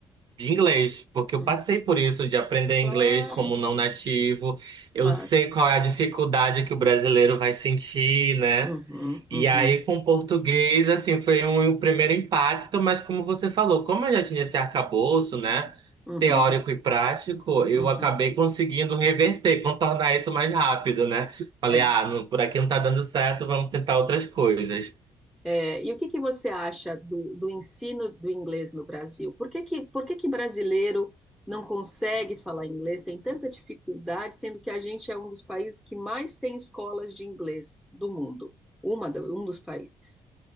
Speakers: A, on the right (about 55°); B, in the centre.
A: de inglês, porque eu
B: Hum,
A: passei por isso de aprender
B: claro,
A: inglês como não nativo. Eu
B: claro.
A: sei qual é a dificuldade que o brasileiro vai sentir, né?
B: Uhum,
A: E
B: uhum,
A: aí com o português, assim, foi um, um primeiro impacto, mas como você falou, como eu já tinha esse arcabouço, né?
B: uhum,
A: Teórico e prático, eu
B: uhum.
A: acabei conseguindo reverter, contornar isso mais rápido, né? Falei,
B: É.
A: ah, não- por aqui não tá dando certo, vamos tentar outras coisas.
B: É, e o que que você acha do, do ensino do inglês no Brasil? Por que que, por que que brasileiro não consegue falar inglês, tem tanta dificuldade, sendo que a gente é um dos países que mais tem escolas de inglês do mundo? Uma, do- um dos países.